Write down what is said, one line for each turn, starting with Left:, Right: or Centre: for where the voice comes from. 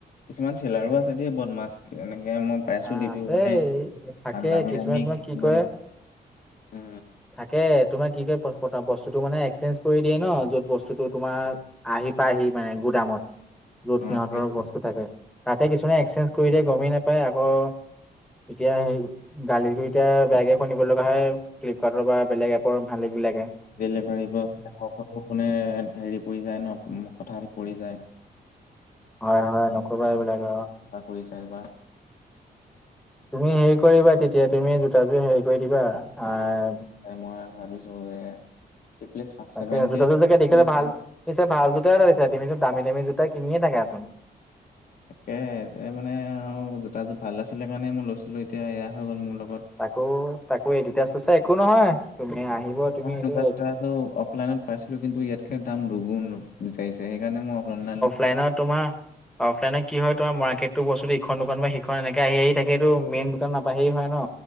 Left: কিছুমান চেলাৰো আছে দেই বদমাছ, এনেকে মই প্ৰা‌‌ইছো
Centre: আহ
Left: যিটো
Centre: আছে
Left: মানে,
Centre: থাকে
Left: দামি
Centre: কিছুমান
Left: দামি
Centre: তোমাৰ
Left: কিছুমান,
Centre: কি কৰে
Left: ও
Centre: থাকে। তোমাৰ কি ক বস্তুটো মানে এক্সচেঞ্জ কৰি দিয়ে ন য'ত বস্তুটো তোমাৰ আহি, পাইহি মানে, গুদামত। য'ত,
Left: অ
Centre: সিহঁতৰ
Left: সেইটো
Centre: বস্তু থাকে। তাতে, কিছুমানে এক্সেঞ্জ কৰি দিয়ে, গমেই নাপায়। আকৌ এতিয়া সেই, গালিটো এতিয়া, বেয়াকে শুনিব লগা হয়। ফ্লিপকাৰ্টৰ বা বেলেগ এপৰ মালিকবিলাকে।
Left: ডেলিভাৰী বয় কোনে হেৰি পৰি যায় ন কথাল পৰি যায়।
Centre: হয় হয় নকবা এইবিলাকে অ।
Left: চাকৰি চাই বা।
Centre: তুমি হেৰি কৰিবা তেতি - এতিয়া, তুমি জোতাযোৰ হেৰি কৰি দিবা? আঁ
Left: এ, মই ভাবিছোঁগে! <unintelligible>
Centre: তাকে জোতাযোৰ চাগে দেখিলে ভাল পিছে, ভাল জোতাই লৈছা! তুমিটো দামী-দামী জোতা কিনিয়ে থাকাচোন।
Left: তাকেহে, এ, মানে আৰু জোতাযোৰ ভাল আছিলে কাৰণে, মই লৈছিলোঁ। এতিয়া, এয়া হৈ গ'ল মোৰ লগত।
Centre: তাকো, তাকো এডিডাছ আছে, একো নহয়। তুমি আহিব। তুমি
Left: এনেকুৱা
Centre: এইটো
Left: জোতা এযোৰ অফলাইনত পাইছিলোঁ। কিন্তু, ইয়াতকে দাম দুগুণ আৰু। বিচাৰিছে। সেইকাৰণে, মই অনলাইন
Centre: অলাইনত তোমাৰ, অফলাইনত কি হয় তোমাৰ, মাৰ্কেতটো, বস্তুটো ইখন দোকান বা সিখন এনেকে আহি, আহি থাকে। এইটো, মেইন দোকান নাপাহিয়েই, হয় ন'।